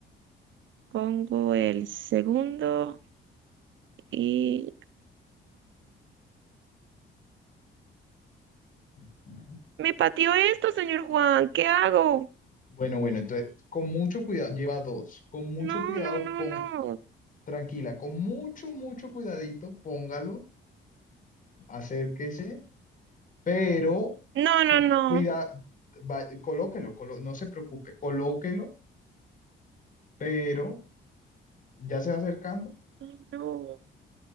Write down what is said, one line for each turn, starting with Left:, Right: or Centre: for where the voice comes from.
Right: pongo el segundo y
Left: ujú.
Right: me pateó esto, señor Juan, ¿qué hago?
Left: Bueno, bueno, entonces, con mucho cuidado, lleva dos. Con mucho
Right: No,
Left: cuidado,
Right: no, no,
Left: pon,
Right: no.
Left: tranquila, con mucho, mucho cuidadito, póngalo, acérquese, pero
Right: No, no, no.
Left: cuida, va- colóquelo, colo- no se preocupe, colóquelo, pero ya se va acercando,
Right: Ay, No.